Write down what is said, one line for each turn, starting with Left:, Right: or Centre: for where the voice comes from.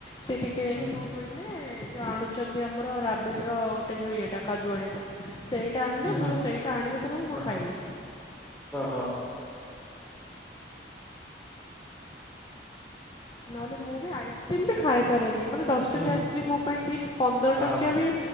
Left: ସିଏ ଟିକେ
Centre: ହୁଁ
Left: କଁ କହିଲେ ଯୋଉ ଆଣୁଛନ୍ତି ଆମର ରାବିଡର ଗୋଟେ ଯୋଉ ଇଏଟା କାଜୁଆଡିଟା। ସେଇଟା ଆଣିଲେ
Centre: ହୁଁ
Left: ମୋର ସେଇଟା ଆଣିବି ତ ନାହିଁ ମୁଁ
Centre: ଓହୋ
Left: ଖାଇବି।
Centre: ଓହୋ।
Left: ନହେଲେ ମୁଁ ବି ଆଇସ୍କ୍ରିମ୍ ବି ଖାଇପାରେନି ମାନେ ଦଶ
Centre: ହୁଁ
Left: ଟଙ୍କିଆ ଆଇସ୍କ୍ରିମ୍ ମୋ ପାଇଁ ଠିକ୍ ପନ୍ଦର
Centre: ଓହୋ
Left: ଟଙ୍କିଆ ବି